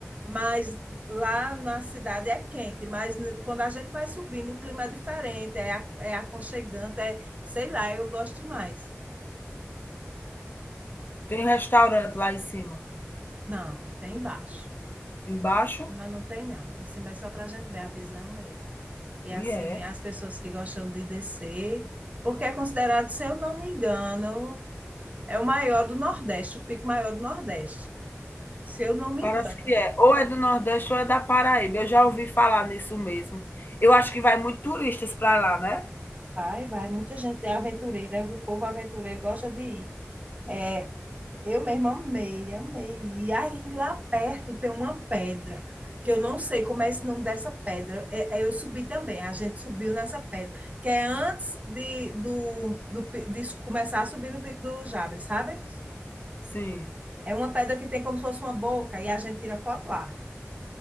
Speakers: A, on the right; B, on the left.
A: mas lá na cidade é quente, mas quando a gente vai subindo, o clima é diferente, é, é aconchegante, é, sei lá, eu gosto demais.
B: Tem um restaurante lá em cima.
A: Não, tem embaixo.
B: Embaixo
A: Em cima não tem, não. Em cima é só para a gente ver a visão mesmo. E
B: e
A: assim,
B: é,
A: as pessoas que gostam de descer, porque é considerado, se eu não me engano, É o maior do Nordeste, o pico maior do Nordeste, se eu não me
B: parece
A: engano.
B: que é. Ou é do Nordeste ou é da Paraíba, eu já ouvi falar nisso mesmo. Eu acho que vai muito turistas para lá, né.
A: Vai, vai, muita gente é aventureira, o povo aventureiro gosta de ir. É, eu mesma amei, amei. E aí lá perto tem uma pedra, que eu não sei como é esse nome dessa pedra. É, é, eu subi também, a gente subiu nessa pedra, que é antes de, do, do, de começar a subir no Pico do Jabre, sabe?
B: Sim.
A: É uma pedra que tem como se fosse uma boca, e a gente tira foto lá,